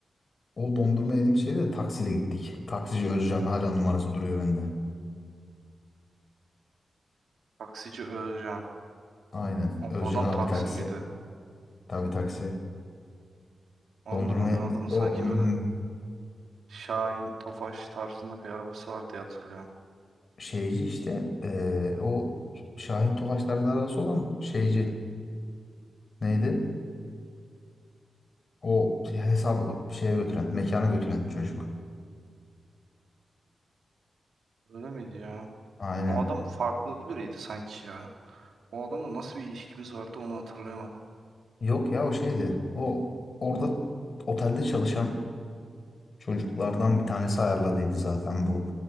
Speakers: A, on the left (about 60°); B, on the right (about 80°).
A: o dondurma yediğimiz şeyde de taksiyle gittik. Taksici Özcan hala numarası duruyor bende.
B: Taksici Özcan.
A: Aynen.
B: O
A: Özcan
B: adam
A: abi
B: taksi
A: taksi.
B: miydi?
A: Tabii taksi.
B: Allah
A: Dondurma
B: Allah ben adamı
A: o
B: sanki
A: mm,
B: böyle Şahin Tofaş tarzında bir arabası var diye hatırlıyorum.
A: şeyci işte eee, o Şahin Tofaş tarzı arabası olan şeyci. Neydi? O hesabı şeye götüren, mekana götüren çocuk.
B: Öyle miydi ya?
A: Aynen.
B: O adam farklı biriydi sanki ya. O adamla nasıl bir ilişkimiz vardı onu hatırlayamadım.
A: Yok ya o şeydi. O orada otelde çalışan çocuklardan bir tanesi ayarladıydı zaten bu